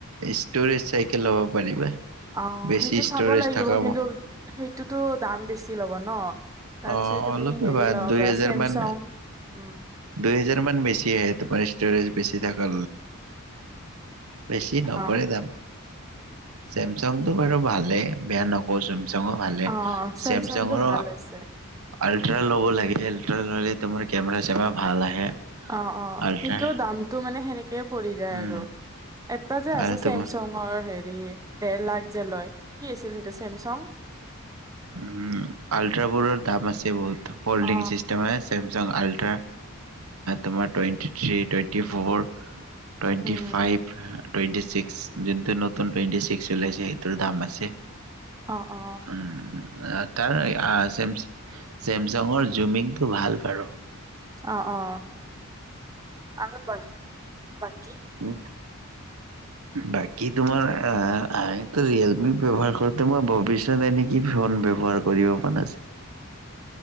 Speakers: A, on the right; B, on the right.
A: ষ্টৰেজ চাই ল'ব পাৰিবা।
B: অ
A: বেছি
B: সেইটো চাব
A: ষ্টৰেজ
B: লাগিব
A: থকা
B: কিন্তু সেইটোতো দাম বেছি। ল'ব ন তাৰ
A: অ
B: পিত তুমি
A: অলপে
B: হেৰি
A: বা
B: লব
A: দুই
B: পৰা
A: হেজাৰ
B: চেমচং
A: মান
B: উম।
A: দুই হেজাৰ মান বেছি আহে তোমাৰ ষ্টৰেজ বেছি থকা। বেছি নপৰে
B: অ
A: যাম চেমচংতটো বাৰু ভালে বেয়া নকৰে। চমচংৰ ভালে
B: অ চেমচংটো
A: চেমচংৰ
B: ভাল আছে
A: আল্ট্ৰা ল'ব লাগে আল্ট্ৰা ললে তোমাৰ কেমেৰা চেমেৰা ভাল আহে।
B: অ অ
A: আল্ট্ৰা
B: সেইটো দামতটো মানে সেনেকেই পৰি যায়
A: উম
B: আৰু এটা যে আছে
A: আৰু
B: চেমচুঙৰ
A: তোমাৰ
B: হেৰি দেৰ লাখ যে লয়, কি আছিল সেইটো চেমচাং
A: উ আল্ট্ৰ বোৰৰ দাম আছে বহুত ফ'ল্ডিং
B: অ
A: চিষ্টেম আছে। চেমচাং আল্ট্ৰা তোমাৰ twenty three twenty four. Twenty
B: উম
A: ফাইভ। টুৱেণ্টি ছিক্স যোনটো নতুন টুৱেণ্টি ছিক্স ওলাইছে সেইটোৰ দাম আছে।
B: অ অ
A: উম, তাৰ, চে, চেমচাঙৰ জুমিং টো ভাল বাৰু।
B: অ অ আৰু বাকী
A: উ বাকী তোমাৰ আমিতো ৰিয়েলমি ব্যয়ৱহাৰ কৰোতে মই ভৱিষ তাৰপিছত এনেক কি ফন ব্যৱহাৰ কৰিব মন পৰাছিল।